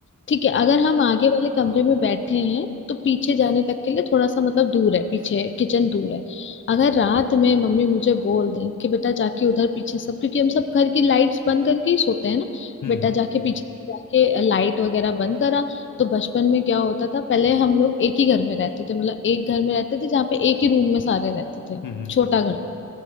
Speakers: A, on the left; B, on the left.
A: ठीक है
B: हम्म
A: अगर हम आगे वाले कमरे में बैठे हैं तो पीछे जाने तक के लिए थोड़ा सा मतलब दूर है पीछे किचन दूर है अगर रात में मम्मी मुझे बोल दें कि बेटा जाके उधर पीछे सब क्योंकि हम सब घर की लाइट्स बंद करके ही सोते हैं ना
B: हम्म
A: बेटा जाके पीछे जाके लाइट वगैरह बंद करा तो बचपन में क्या होता था पहले हम लोग एक ही घर में रहते थे मतलब एक घर में रहते थे जहाँ पे एक ही रूम में सारे रहते थे
B: हम्म, हम्म।
A: छोटा घर